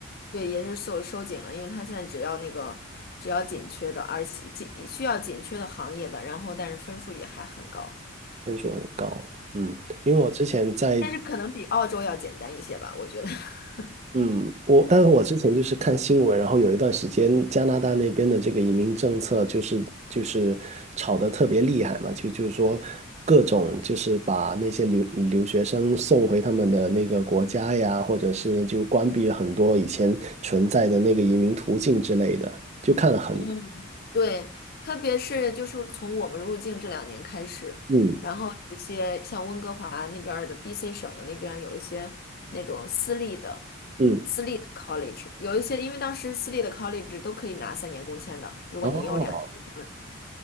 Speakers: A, on the left; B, on the right.
A: 对，也是收收紧了，因为它现在只要那个只要紧缺的，而且紧需要紧缺的行业的，然后但是分数也还很高，
B: 分数很高，嗯，因为我之前在，
A: 但是可能比澳洲要简单一些吧，我觉得。<laughs>
B: 嗯，我，但是我之前就是看新闻，然后有一段时间加拿大那边的这个移民政策就是就是吵得特别厉害嘛，就就是说各种就是把那些留留学生送回他们的那个国家呀，或者是就关闭了很多以前存在的那个移民途径之类的，就看了很，
A: 嗯，对，特别是就是从我们入境这两年开始，
B: 嗯
A: 然后有一些像温哥华那边儿的 BC 省的那边儿有一些那种私立的
B: 嗯，
A: 私立的 college，有一些因为当时私立的 college 都可以拿三年工签的，如果你有两年。
B: 哦，